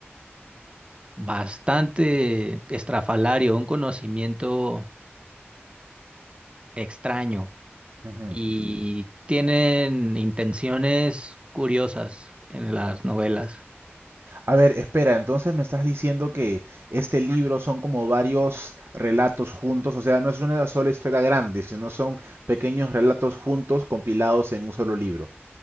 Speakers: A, on the right; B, on the right.
A: bastante estrafalario, un conocimiento extraño
B: ujú.
A: y tienen intenciones curiosas en las novelas.
B: A ver, espera, entonces me estás diciendo que este libro son como varios relatos juntos, o sea, no es una sola historia grande, sino son pequeños relatos juntos compilados en un solo libro.